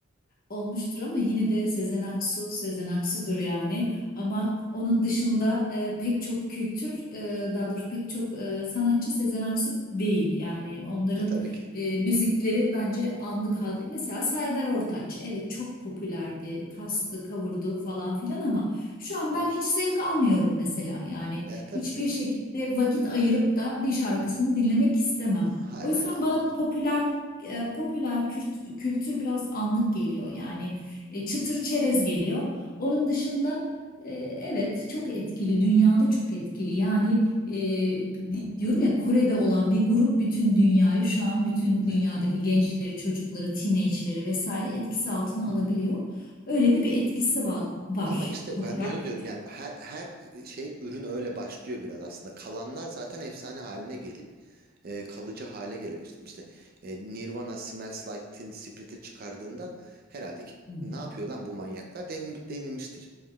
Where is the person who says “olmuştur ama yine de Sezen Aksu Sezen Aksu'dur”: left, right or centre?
Left